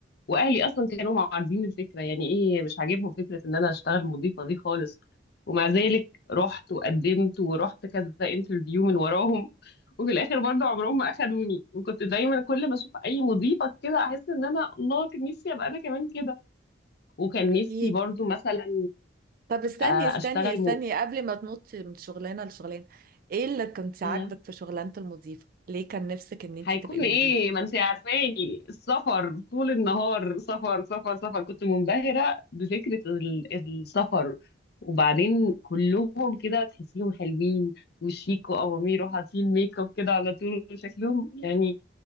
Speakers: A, on the left; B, on the right.
A: واهلي اصلا كانوا معارضين الفكرة يعني ايه مش عاجبهم فكرة ان انا اشتغل مضيفة دي خالص ومع ذلك رحت وقدمت ورحت كذا انترفيو من وراهم وفي الاخر برضه عمرهم ما اخدوني وكنت دايما كل ما اشوف اي مضيفة كده احس ان انا الله كان نفسي ابقى انا كمان كده وكان
B: أكيد
A: نفسي برضه مثلا
B: طب استني
A: آه،
B: استني
A: اشتغل
B: استني
A: م...
B: قبل ما تنطي من شغلانة لشغلانة ايه اللي كنت عاجبك
A: آه،
B: في شغلانة المضيفة؟ ليه كان نفسك ان انت
A: هيكون
B: تبقي مضيفة؟
A: ايه ما انت عارفاني السفر طول النهار سفر سفر سفر كنت منبهرة بفكرة ال- السفر وبعدين كلهم كده تحسيهم حلوين وشيك وأوامير وحاطين ميك اب كده على طول شكلهم يعني